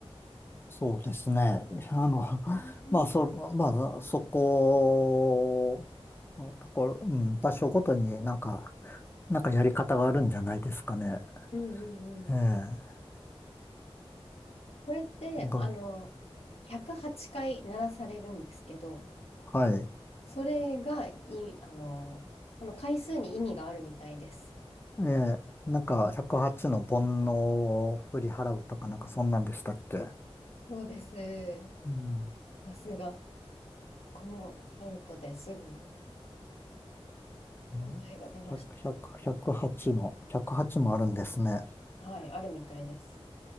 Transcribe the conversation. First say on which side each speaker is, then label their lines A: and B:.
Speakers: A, on the left; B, on the left.
A: そうですね。あの、
B: うん
A: <laughs> まあ、そ、まあ、そこのところ、うん、場所ごとになんか、なんかやり方があるんじゃないですかね。
B: うんうん。
A: ええ。な
B: これって、
A: んか、
B: あの、108回鳴らされるんですけど、
A: はい。
B: それがい、あの、その回数に意味があるみたいです。
A: ええ、なんか108の煩悩を振り払うとかなんかそんなんでしたっけ
B: そうです。
A: うん。
B: さすが。このヒントですぐに
A: ね100、
B: 答えが出ました。
A: 8の、108もあるんですね。
B: はい、あるみたいです。